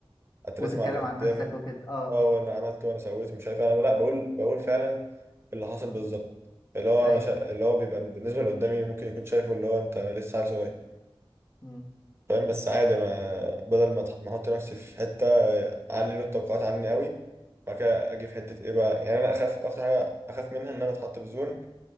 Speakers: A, on the right; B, on the left.
A: اترسم
B: وتتكلم
A: على اللي قدامي
B: عن نفسك وكده اه
A: اه ولا عملت وانا سويت ومش عارف إيه. انا لا بقول بقول فعلا اللي حاصل بالظبط اللي هو
B: اي
A: انا شا... اللي هو بيبقى بالنسبه اللي قدامي ممكن يكون شايفه اللي هو انت لسه عيل صغير
B: امم
A: فاهم بس عادي انا بدل ما أتح- ما احط نفسي في حته اعلي له التوقعات عني قوي بعد كده اجي في حته ايه بقى يعني انا اخاف اكتر حاجه اخاف منها ان انا اتحط في زون